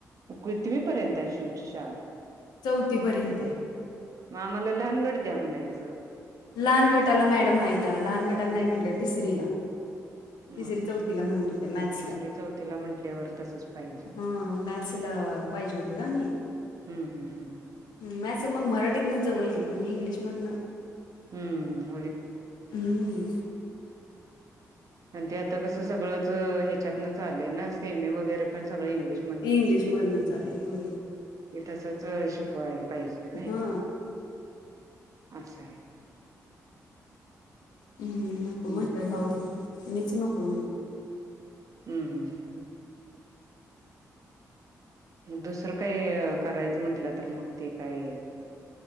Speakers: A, on the right; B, on the left.
A: कीतवीपर्यंत आहे शिवची शाळा.
B: चौथीपर्यंत आहे.
A: मग आम्हाला लहान गट द्या म्हणायच.
B: लहान गटाला मॅडम हायत्या. लहान गटाला नाही म्हणल तिसरीला.
A: ह
B: तिसरी
A: हा
B: चौथीला
A: हा
B: म्हणत होत्या
A: ह मग
B: मॅथ्सला.
A: तिसरी चौथीला म्हंटल्यावर तसच पाहिजे मग
B: हा मॅथ्सला पाहिजे होतं का नाही.
A: हम्म हम्म हम्म
B: मॅथ्स मग मराठीतन जमल की. पण इंग्लिशमधन
A: हम्म
B: हम्म
A: आणि ते आता कस सगळच ह्याच्यातन झालेय ना. सेमी वगैरे पण सगळ इंग्लिश
B: इंग्लिश मधन चालु आहे. होय.
A: ते तसच शिकवायला पाहिजे नाही.
B: हा
A: अस आहे.
B: ह नको
A: हम्म
B: म्हटल राहू दे. मीच नको म्हटल.
A: हम्म हम्म हम्म मग दुसर काही करायच म्हटल तर मग ते काय